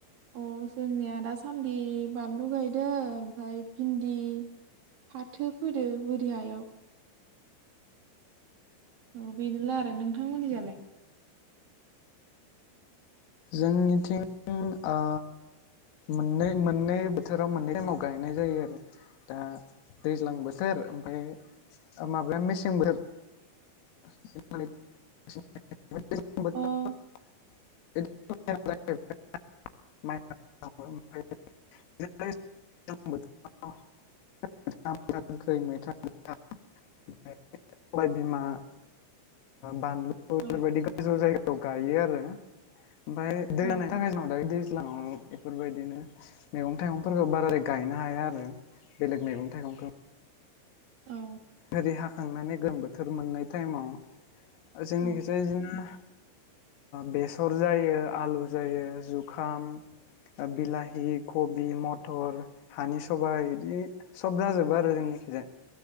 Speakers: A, on the right (about 60°); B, on the left (about 85°).
A: अ जोंनिया दासान्दि बानलु गायदो ओमफ्राय भिन्दि फाथो फोदो बोरि हायाव औ बेनोल' आरो नोंथांमोननिजालाय
B: जोंनिथिं ओ मोननै मोननै बोथोराव मोननै टाइमाव गायनाय जायो आरो दा दैज्लां बोथोर ओमफ्राय माबाया मेसें बोथोर <unintelligible> ओमफाय दैज्लां बोथोराव
A: अ औ
B: <unintelligible> माइ आबाद मावो ओमफाय <unintelligible> बोथोराव हाय <unintelligible> मैथा गोखै मैथा गोखा ओमफाय सबाय बिमा बानलु
A: औ
B: बेबायदि गोजौ जायगायाव गायो आरो ओमफ्राय दै
A: औ
B: लोमनानि थाखाय जोंनाव दायो दैज्लाङाव एफोरबायदिनो मैगं थाइगंफोरखौ बाराद्राय गायनो हाया आरो बेलेग मैगं थाइगंखौ
A: औ
B: ओरै हाखांनानै गोलोम बोथोर मोननाय टाइमाव जोंनिखिजाय
A: औ
B: इदिनो बेसर जायो आलु जायो जुखाम बिलाहि कबि मथर हानि सबाय बिदि सब जाजोबो आरो जोंनिखिजाय